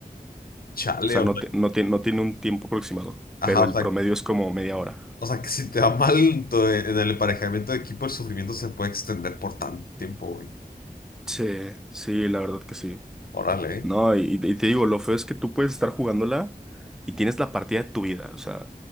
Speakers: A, on the left; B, in the centre.
A: Chale,
B: O sea,
A: o
B: no,
A: sea,
B: te- no, tie- no tiene un tiempo aproximado,
A: ajá,
B: pero el
A: o sea,
B: promedio es como media hora.
A: o sea, que si te va mal en tu- en el emparejamiento de equipo, el sufrimiento se puede extender por tanto tiempo, güey.
B: Sí, sí, la verdad que sí.
A: Órale, ¿eh?
B: No, y, y te digo, lo feo es que tú puedes estar jugándola y tienes la partida de tu vida. O sea,